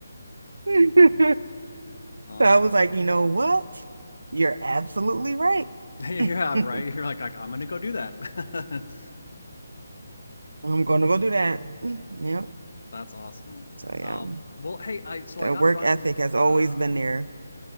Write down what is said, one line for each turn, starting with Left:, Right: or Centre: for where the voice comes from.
Right: <laughs>
Left: <laughs> Um,
Right: So I was like, you know what? You're absolutely right.
Left: <laughs> Yeah,
Right: <laughs> I'm
Left: right. You're like, like I'm gonna go do that. <laughs>
Right: gonna go do that. Yep.
Left: That's awesome.
Right: So yeah,
Left: Um, well, hey, I so
Right: the
Left: I gotta
Right: work
Left: run.
Right: ethic has
Left: Uh,
Right: always been there.